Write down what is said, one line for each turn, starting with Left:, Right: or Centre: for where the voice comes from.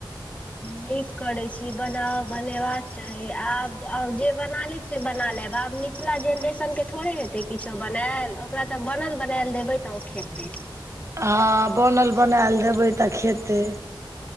Left: नीक करै छी। बनाउ बनेबाक चाही, आब और जे बना लेब से बना लेब आब नीक पिछला जेनरेशन के थोड़े हेतै किछो बनाएल ओकरा त बनल बनाएल देबै त ओ खेतै।
Right: हँ बनल बनायल देबै त खेतै।